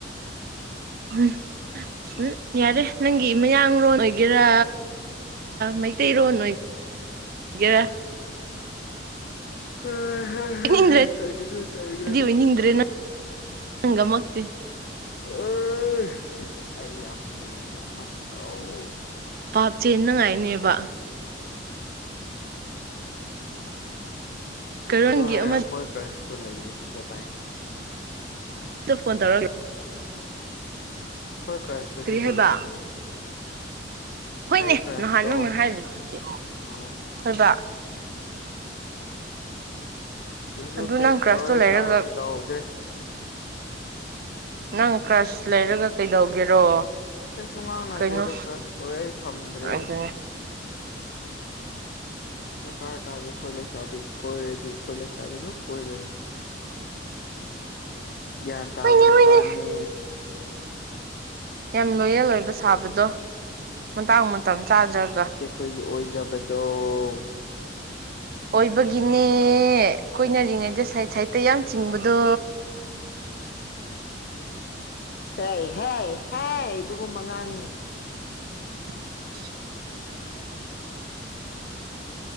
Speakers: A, on the right (about 55°); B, on the left (about 55°).
A: ꯎꯝ ꯎꯝ ꯌꯥꯔꯦ ꯅꯪꯒꯤ ꯃꯌꯥꯡꯔꯣꯟ ꯑꯣꯏꯒꯦꯔꯥ ꯃꯩꯇꯩꯔꯣꯟ ꯑꯣꯏ-ꯒꯦꯔꯥ꯫
B: ꯍ ꯍꯥ
A: ꯑꯣꯏꯅꯤꯡꯗ꯭ꯔꯦꯗꯤ
B: ꯍꯥ ꯇꯟꯒꯅꯨ-ꯇꯟꯒꯅꯨ꯫
A: ꯑꯣꯏꯅꯤꯡꯗ꯭ꯔꯦ ꯅꯪꯒꯃꯛꯇꯤ꯫
B: ꯑꯦꯁ ꯑꯩ ꯌꯥꯝ ꯇꯜꯂꯦꯗ ꯑꯃꯁꯨꯇꯧ
A: ꯄꯥꯞ ꯆꯦꯟꯅꯉꯥꯏꯅꯦꯕ꯫ ꯀꯩꯔꯣꯟꯒꯤ
B: ꯑꯗꯨ ꯍꯥꯏꯔ
A: ꯑꯃꯗ
B: ꯑꯈꯣꯏ ꯀ꯭ꯔꯁꯇꯣ ꯂꯩꯌꯦ ꯁꯤꯗ ꯚꯥꯏ꯫
A: ꯑꯗꯨ ꯐꯣꯟ ꯇꯧꯔꯛꯂ
B: ꯑꯈꯣꯏ ꯀ꯭ꯔꯥꯁꯇꯣ
A: ꯀꯔꯤ
B: ꯁꯤꯗ
A: ꯍꯥꯏꯕ
B: ꯂꯩꯌꯦ꯫
A: ꯍꯣꯏꯅꯦ
B: ꯑꯩ ꯀ꯭ꯔꯁꯇꯣ
A: ꯅꯍꯥꯟ ꯅꯪꯅ ꯍꯥꯏꯔꯤꯗꯨꯗꯤ
B: ꯑꯧ
A: ꯍꯣꯏꯕ꯫
B: ꯑꯗꯨꯨꯁꯨ
A: ꯑꯗꯨ
B: ꯇꯦꯛꯁ
A: ꯅꯪ ꯀ꯭ꯔꯁꯇꯣ
B: ꯇꯧꯔ ꯔꯤꯄ꯭ꯂꯥꯏꯁꯨ
A: ꯂꯩꯔꯒ
B: ꯇꯧꯗꯦ꯫
A: ꯅꯪ ꯀ꯭ꯔꯁ ꯂꯩꯔꯒ ꯀꯩꯗꯧꯒꯦꯔꯣ꯫
B: ꯀꯩꯁꯨ ꯉꯥꯡꯅꯗ꯭ꯔꯦꯗ
A: ꯀꯩꯅꯣ
B: ꯀ꯭ꯔꯁ ꯑꯣꯏ ꯑꯩ ꯊꯝꯗ꯭ꯔꯦꯗ꯫
A: ꯑꯗꯨꯅꯦ
B: ꯗꯔꯀꯥꯔꯇꯥꯗꯦ ꯑꯈꯣꯏ ꯂꯩꯁꯥꯕꯤꯅꯤ ꯀꯣꯏꯔꯗꯤ ꯑꯈꯣꯏ ꯂꯩꯁꯥꯕꯤꯒꯨꯝ ꯀꯣꯏꯗꯣꯏꯅꯤ꯫ ꯒ꯭ꯌꯥꯟ ꯇꯥꯕ
A: ꯍꯣꯏꯅꯦ
B: ꯅꯨꯄꯥꯅꯦ꯫
A: ꯍꯣꯏꯅꯦ ꯌꯥꯝ ꯂꯣꯌꯦꯜ ꯑꯣꯏꯕ ꯁꯥꯕꯗꯣ ꯃꯇꯥꯡ ꯃꯇꯝ ꯆꯥꯗ꯭ꯔꯒ꯫
B: ꯈꯣꯏꯗꯤ ꯑꯣꯏꯖꯕꯗꯣ꯫
A: ꯑꯣꯏꯕꯒꯤꯅꯦ ꯀꯣꯏꯅꯔꯤꯉꯩꯗ ꯁꯥꯏꯠ ꯁꯥꯏꯠꯇ ꯌꯥꯝ ꯆꯤꯡꯕꯗꯣ꯫
B: ꯍꯦꯏ ꯍꯥꯏ ꯍꯥꯏ ꯑꯗꯨꯒꯨꯝꯕ ꯉꯥꯡꯅꯨ꯫
A: <inaudible>